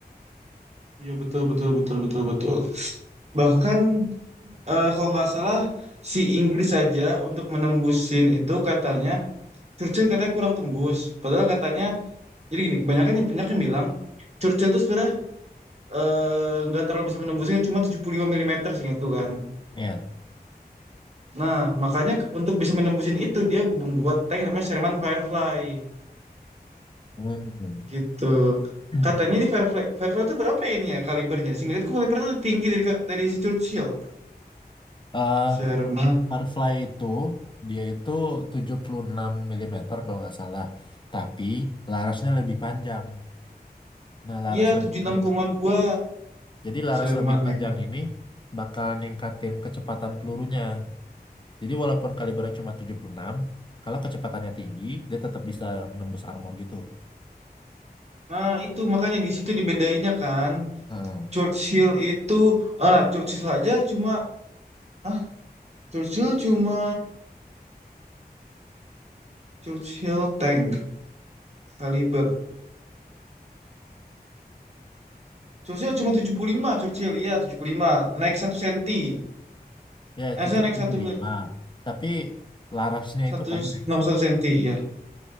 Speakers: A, on the right; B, on the left.
A: iya betul betul betul betul betul bahkan eh, kalau nggak salah si Inggris aja untuk menembusin itu katanya Churchill katanya kurang tembus. Padahal katanya, jadi gini, kebanyakan yang, banyak yang bilang, Churchill itu sebenarnya eh, nggak terlalu bisa menembusnya, cuma 75 mm seingatku kan.
B: Iya.
A: Nah, makanya ke- untuk bisa menembusin itu, dia membuat tank namanya Sherman Firefly,
B: Hmm.
A: gitu.
B: <clears throat>
A: Katanya di Firefly, Firefly itu berapa ya ini ya kalibernya? Seingatku Firefly itu tinggi dari, ka- dari si Churchill.
B: Eh,
A: Sherman,
B: Firefly itu dia itu 76 milimeter kalau nggak salah. Tapi larasnya lebih panjang. Nah, laras
A: iya
B: lebih
A: tujuh puluh
B: panjang.
A: enam koma dua.
B: Jadi laras
A: Sherman.
B: lebih panjang
A: iya.
B: ini bakal ningkatin kecepatan pelurunya. Jadi walaupun kalibernya cuma 76, kalau kecepatannya tinggi, dia tetap bisa nembus armor gitu.
A: Nah, itu makanya di situ dibedainnya kan.
B: Nah,
A: Churchill itu, ah, nah, Churchill aja cuma, ah, Churchill cuma Churchill tank kaliber. Churchill cuma 75 Churchill, iya 75 naik satu senti.
B: ya,
A: Eh,
B: cocok
A: saya naik
B: tujuh
A: satu
B: puluh
A: mil-
B: lima. Tapi larasnya
A: satu
B: itu pendek.
A: enam puluh satu senti, ya.